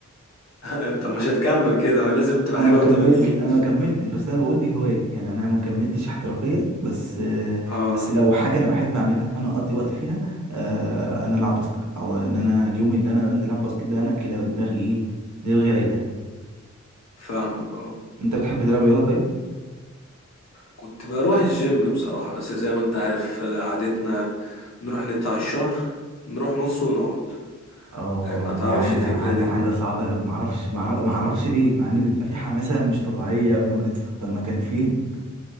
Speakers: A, on the left; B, on the right.
A: <laughs> طب مش هتكمل كده ما لازم تبقى
B: انا
A: حاجة
B: لو كملت
A: وتمانين
B: انا ما كملتش بس انا بقول دي هوايه يعني انا ما كملتش احترافيه بس آه،
A: اه
B: بس لو حاجه انا بحب اعملها فانا اقضي وقت فيها آه، ان أنا العب باسكت او ان انا اليوم اللي انا بنزل العب باسكت ده انا كده دماغي ايه دماغي رايقه
A: فاهمك اه
B: انت بتحب تلعب رياضه طيب
A: كنت بروح الجيم بصراحة بس زي ما انت عارف آه، عادتنا نروح ندفع الشهر نروح نص ونقعد
B: اه
A: آه، ما تعرفش
B: دي عاده
A: الفكرة
B: عاده
A: دي
B: عاده صعبه قوي ما اعرفش ما اعرفش ليه مع ان بيبقى في حماسه مش طبيعيه قبل ما ندفع طب ما كانت فين